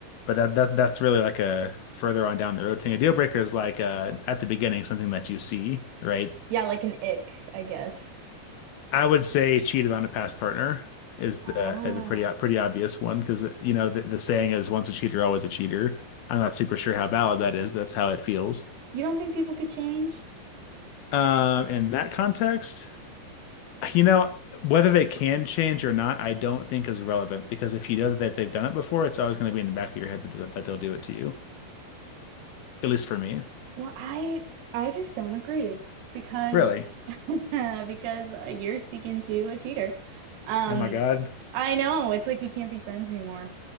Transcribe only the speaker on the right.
Yeah, like an ick, I guess.
Ah,
You don't think people could change?
well, I I just don't agree because
<laughs> Because uh, you're speaking to a cheater. Um,
I know, it's like we can't be friends anymore.